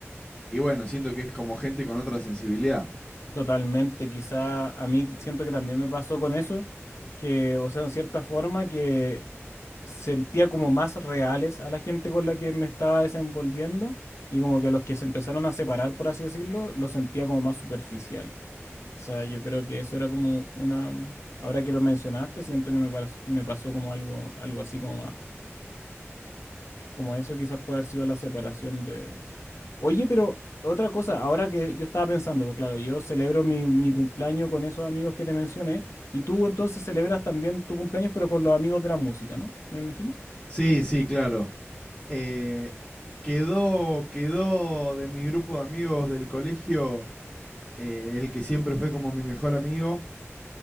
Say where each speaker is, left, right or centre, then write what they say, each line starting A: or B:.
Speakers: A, on the left; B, on the left.
A: y bueno, siento que es como gente con otra sensibilidad.
B: Totalmente, quizá a mí siento que también me pasó con eso, que, o sea, en cierta forma que sentía como más reales a la gente con la que me estaba desenvolviendo y como que los que se empezaron a separar, por así decirlo, los sentía como más superficiales. Quizá yo creo que eso era como una, ahora que lo mencionaste, siento que me, pas- me pasó como algo, algo así como más, como eso quizás puede haber sido la separación de Oye, pero otra cosa, ahora que yo estaba pensando, claro, yo celebro mi, mi cumpleaños con esos amigos que te mencioné, y tú entonces celebras también tu cumpleaños, pero con los amigos de la música, ¿no? Me imagino.
A: Sí, sí, claro. Eh, quedó, quedó de mi grupo de amigos del colegio eh, el que siempre fue como mi mejor amigo.